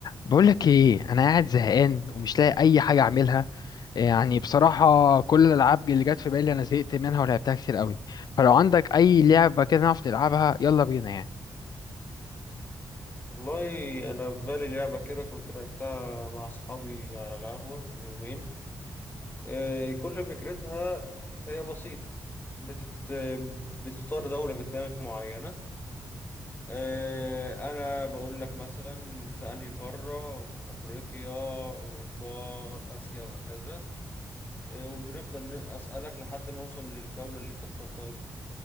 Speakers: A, on the left (about 60°); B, on the left (about 25°).
A: بقولك ايه انا قاعد زهقان ومش لاقي اي حاجه اعملها يعني بصراحه كل الالعاب اللي جت في بالي انا زهقت منها ولعبتها كتير قوي فلو عندك اي لعبه كده نعرف نلعبها يلا بينا يعني
B: والله انا في بالي لعبه كده كنت لعبتها مع اصحابي على القهوه من يومين آه، كل فكرتها هي بسيطه بتت... بتختار دوله في دماغك معينه آه، انا بقول لك مثلا في انهي قاره افريقيا اوروبا اسيا وهكذا آه، وبنفضل ن- اسالك لحد ما اوصل للدوله اللي انت اخترتها دي